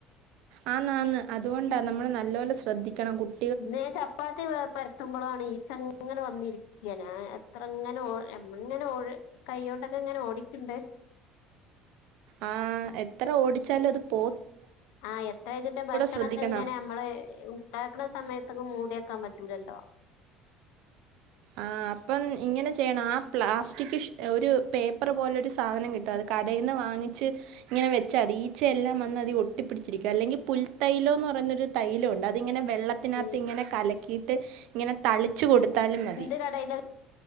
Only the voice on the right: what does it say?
ആ നന്ന് അതുകൊണ്ടാ നമ്മള് നല്ലപോലെ ശ്രദ്ധിക്കണം കുട്
ആ എത്ര ഓടിച്ചാലും അത് പോ
ശ്രദ്ധിക്കണം
ആഹ് അപ്പം ഇങ്ങനെ ചെയ്യണം ആ പ്ലാസ്റ്റിക് ഷീ ഒരു പേപ്പർ പോലെ ഒരു സാധനം കിട്ടും അത് കടയിന്ന് വാങ്ങി ച്ച് ങ്ങനെ വെച്ച തി ഈച്ചയെല്ലാം വന്ന് അതിൽ ഒട്ടിപ്പടിച്ചിരിക്കും അല്ലെങ്കിൽ പുൽ തൈലോന്ന് പറയുന്ന ഒരു തൈലൊ ണ്ട് അത് ഇങ്ങനെ വെള്ളത്തിനാ
ത്ത് ഇങ്ങനെ കലക്കിയിട്ട് ഇങ്ങനെ തളിച്ചു കൊടുത്താലും മതി